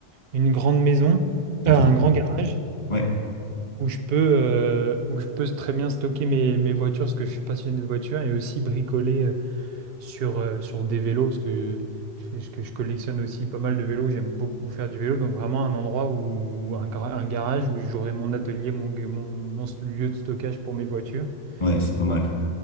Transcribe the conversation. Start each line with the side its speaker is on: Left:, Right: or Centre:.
Right: une grande maison,
Left: Ok.
Right: euh, un grand garage
Left: Ouais,
Right: où je peux, euh, où je peux très bien stocker mes, mes voitures parce que je suis passionné de voitures et aussi bricoler. euh, sur, euh, sur des vélos, parce que je, je- que je collectionne aussi pas mal de vélos, j'aime beaucoup faire du vélo, donc vraiment un endroit où un, gra- un garage où j'aurai mon atelier, mon, mon, mon lieu de stockage pour mes voitures
Left: ouais, c'est pas
Right: pour
Left: mal.